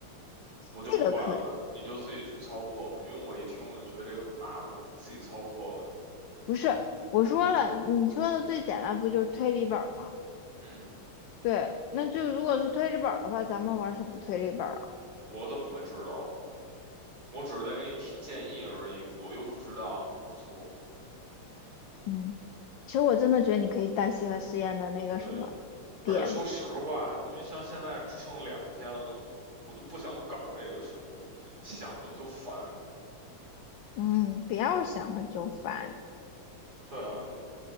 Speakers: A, on the right (about 45°); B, on the left (about 70°).
A: 我就不管了，
B: 这个可以。
A: 你就自己去操作吧，因为我一听我就觉得这个很麻烦，自己操作呗。
B: 不是，我说了，你说的最简单不就是推理本儿吗？
A: 嗯，
B: 对，那就如果是推理本儿的话，咱们玩什么推理本儿啊？
A: 我怎么会知道？我只是在给你提建议而已，我又不知道怎么做。
B: 嗯，其实我真的觉得你可以当西河实验的那个什么
A: 对。
B: DM，
A: 而且说实话，因为像现在只剩两天了，我都我都不想搞这个事情，想着就烦。
B: 嗯，不要想的就烦，
A: 对啊，